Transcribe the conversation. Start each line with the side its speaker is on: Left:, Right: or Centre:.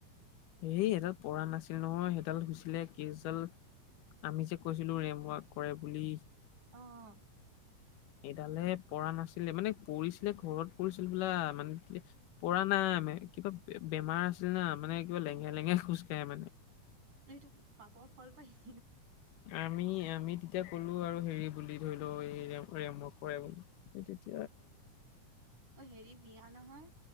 Left: এই সডাল পঢ়া নাছিল নহয় সেইডাল হৈছিলে কিডাল আমি যে কৈছিলো ৰেম্পৱাক কৰে বুলি।
Right: অ'অ।
Left: এডালে পৰা নাছিলে মানে পৰিছিলে ঘৰত পৰিঢছিল হোবোলা মানে পৰাঢ় নাই। কিবা বেমাৰ আছিল না মানে কিবা লেঙে লেঙেৰা খোজকাঢ়ে মানে।
Right: এইটো পাপৰ ফল পায়
Left: আমি, আমি তেতিয়া কলো আৰু হেৰি বুলি ধৰি লও এই ৰেম ৰেম অক কৰে বুলি। সেইটো
Right: অ' হেৰি বিয়া নহয়।